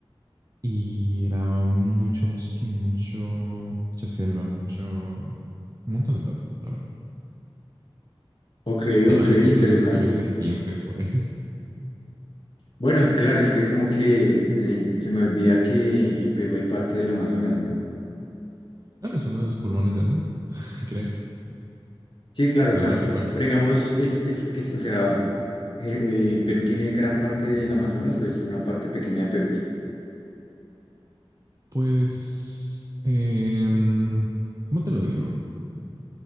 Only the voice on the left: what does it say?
ok,
ok,
interesante.
Bueno, es claro, es que como que eh, se me olvida que en Perú hay parte del Amazonas, ¿no?
Sí, claro,
claro.
Pero digamos, es, es, es o sea, eh, eh, ¿Perú tiene gran parte del Amazonas o es una parte pequeña de Perú?